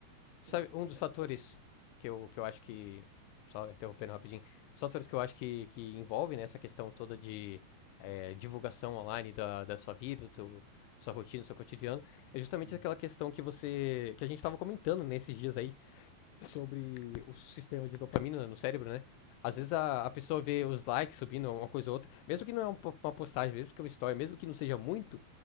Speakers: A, on the left; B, on the right.
A: Sabe,
B: Que nem,
A: um
B: até.
A: dos fatores que eu, que eu acho que. Só interrompendo rapidinho. Os fatores que eu acho que, que envolve, né, essa questão toda de eh, divulgação online da, da sua vida, do seu, da sua rotina, do seu cotidiano, é justamente
B: hum,
A: aquela questão que você. que a gente tava comentando nesses dias aí. sobre o sistema de dopamina no cérebro, né? Às
B: isso.
A: vezes a, a pessoa vê os likes subindo, uma coisa ou outra, mesmo que não é um uma postagem, mesmo que é um story, mesmo que não seja muito,